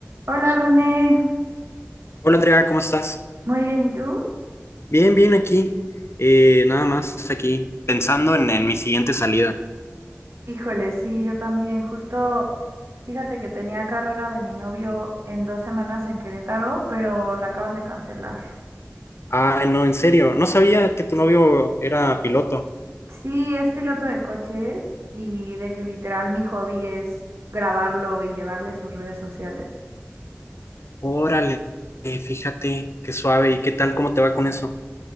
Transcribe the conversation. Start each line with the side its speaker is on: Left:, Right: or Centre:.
Right: Hola René,
Left: Hola Andrea, ¿cómo estás?
Right: muy bien, ¿y tú?
Left: Bien, bien aquí. Eh, nada más aquí, pensando en, en mi siguiente salida.
Right: Híjole, sí, yo también. Justo, fíjate que tenía carrera de mi novio en dos semanas en Querétaro, pero la acaban de cancelar.
Left: Ay, no, en serio, no sabía que tu novio era piloto.
Right: Sí, es piloto de coches y de que literal mi hobby es grabarlo y llevarle sus redes sociales.
Left: Órale, eh, fíjate, qué suave. ¿Y qué tal? ¿Cómo te va con eso?